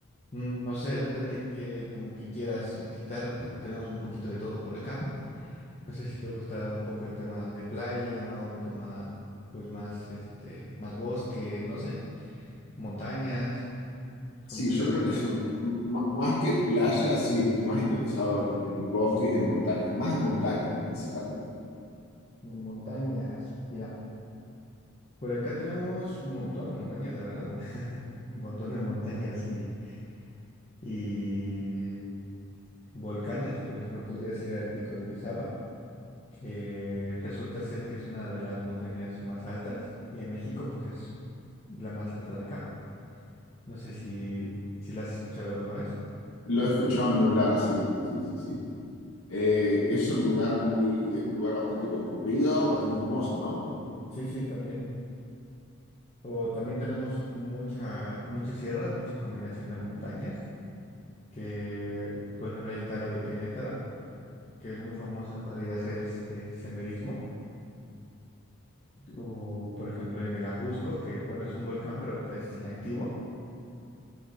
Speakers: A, on the left; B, on the left.
A: Mm, No sé, depende que como que quieras visitar. Tenemos un poquito de todo por acá. No sé si te gusta un poco el tema de playa o un tema pues más este más bosque, no sé, montañas,
B: Sí,
A: ¿cómo que
B: yo
A: te gustaría?
B: creo que son- m- m- más que playas, sí estoy más interesado en, en bosques y en montañas, más en montañas principalmente.
A: Montañas. Mira, por acá tenemos un montón de montañas, la verdad. <laughs> Un montón de montañas y y volcanes, por ejemplo, podrías ir al Pico de Orizaba. que resulta ser que es una de las montañas más altas y en México pues es la más alta de acá. No sé si, si la has escuchado alguna vez.
B: Lo he escuchado nombrar, sí, sí, sí, sí. Eh, es un lugar muy, es un lugar bastante concurrido, bastante famoso, ¿no?
A: Sí, sí, también. O también tenemos mucha, muchas sierras, mucha combinación de montañas, que por ejemplo ahí está la de Querétaro, que es muy famosa para ir a hacer este senderismo. O por ejemplo en el Ajusco, que bueno, es un volcán, pero ahorita es inactivo.